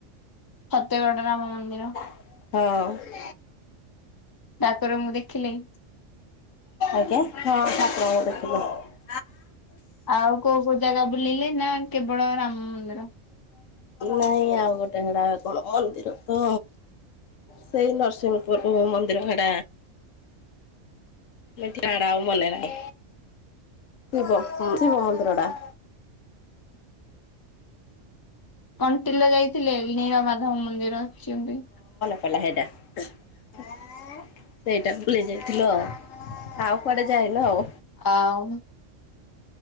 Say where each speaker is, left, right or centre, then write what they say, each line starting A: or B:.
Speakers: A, on the left; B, on the left.
A: ସତ୍ୟଗଡ ରାମ ମନ୍ଦିର।
B: ହଁ
A: ଠାକୁରଙ୍କୁ ଦେଖିଲେ।
B: ଆଜ୍ଞା ହଁ ଠାକୁରଙ୍କୁ ଦେଖିଲି।
A: ଆଉ କୋଉ କୋଉ ଜାଗା ବୁଲିଲେ ନା କେବଳ ରାମ ମନ୍ଦିର।
B: ନାଇଁ ଆଉ ଗୋଟେ ହେଡା କଣ ମନ୍ଦିର ତ? ସେଇ ନରସିଂହପୁର ମନ୍ଦିର ହଡା <unintelligible> ଆଉ ମନେ ନାହିଁ ଶିବ ହଁ ଶିବ ମନ୍ଦିରଟା
A: କଣ୍ଟିଲୋ ଯାଇଥିଲେ ନୀଳମାଧବ ମନ୍ଦିର ଯିବି।
B: ହେଲା ହେଇଟା ସେଇଟା ବୁଲି ଯାଇଥିଲ ଅ ଆଉ କୁଆଡେ ଯାଇନୁ ଆଉ।
A: ଆଉ